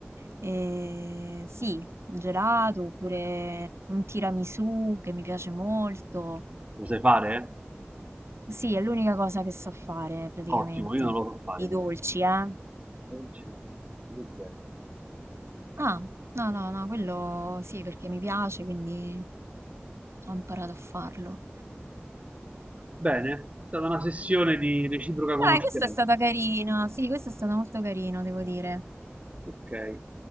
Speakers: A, on the right; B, on the right.
A: Eh, sì, il gelato oppure un tiramisù che mi piace molto.
B: Lo sai fare?
A: Sì, è l'unica cosa che so fare praticamente.
B: Ottimo, io non lo so fare
A: Di
B: invece.
A: dolci, eh?
B: Non ci- non è zero.
A: Ah, no, no, no, quello sì, perché mi piace, quindi ho imparato a farlo.
B: Bene, è stata una sessione di reciproca
A: Dai,
B: conoscenza.
A: questa è stata carina. Sì, questa è stata molto carina, devo dire.
B: Ok,